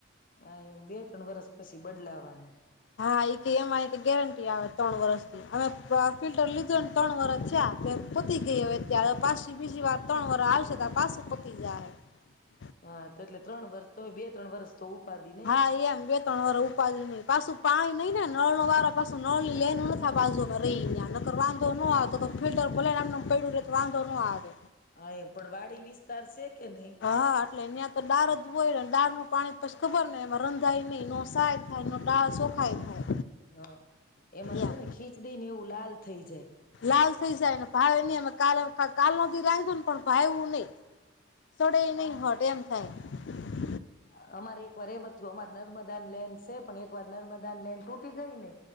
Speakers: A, on the left; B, on the left.
A: આ બે ત્રણ વરસ પછી બદલાવાની.
B: હા એક એમાં એક ગેરંટી આવે ત્રણ વરષની અમે ફિલ્ટર લીધુંને ત્રણ વરષ થયા તે પતી ગઈ હવે અત્યારે પાછી બીજી વાર ત્રણ વરષ આવશે ત પાછું પતી જાય હ.
A: હા એટલે ત્રણ વર્ષ તો બે ત્રણ વર્ષ. તો ઉપાધિ નઈ
B: હા એમ બે ત્રણ વાર ઉપાડી ન પાછું પાણી નહી ને નળ ન વાળા પાછો નળની લાઈનો નાતા બાજુમાં રહી નકર વાંધો ન આવે તો ફિલ્ટર લઈને આમ પડ્યું રે તો વાંધો ન આવે.
A: હા એ પણ વાડી વિસ્તાર છે. કે નહી
B: હા એટલે એં તો ડાર જ હોય ને. ડાળનું પાણી પછી ખબર નને એમાં રંધાય નહીં નોસાય થાય નો દાળ શોખાય થાય.
A: હ, એમાં
B: એમ
A: છે ને ખીચડી ને એવું લાલ થઈ જાય.
B: કાલ થઈ જાયને ભાવે નહી અમે ક કાલ ન રાધો ને પણ ભાવ એવું નહી. સોડે નહી હોટ એમ. <inaudible>
A: અ અમારે એક વાર એમ જ થયું અમાર નર્મદાની લેન સે, પણ એક વાર નર્મદાન લેન તૂટી ગઈ ને